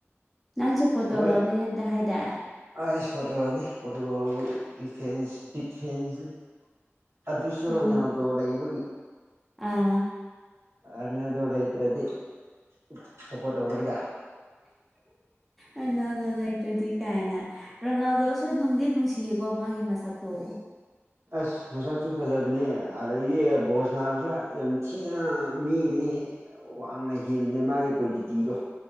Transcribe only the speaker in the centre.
ꯅꯪꯁꯨ ꯄꯣꯇꯣꯒꯜꯅꯦ
ꯗ ꯍꯥꯏꯗꯥꯏ
ꯎꯝ
ꯑꯥ
ꯔꯣꯅꯥꯜꯗꯣ ꯂꯩꯇ꯭ꯔꯗꯤ ꯀꯥꯏꯅ ꯔꯣꯅꯥꯜꯗꯣ ꯁꯨ ꯅꯨꯡꯗꯤ ꯅꯨꯡꯁꯤꯌꯦꯀꯣ ꯃꯥꯒꯤ ꯃꯁꯛꯇꯣ <unintelligible>